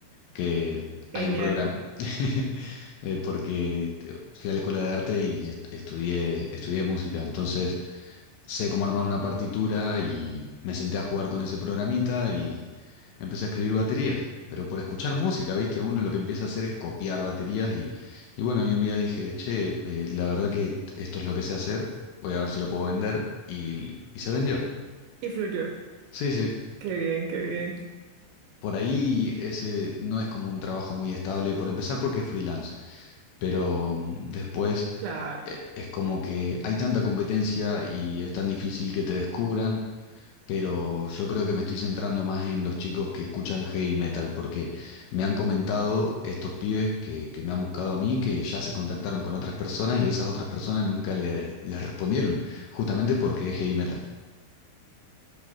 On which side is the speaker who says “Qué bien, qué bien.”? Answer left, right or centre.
Right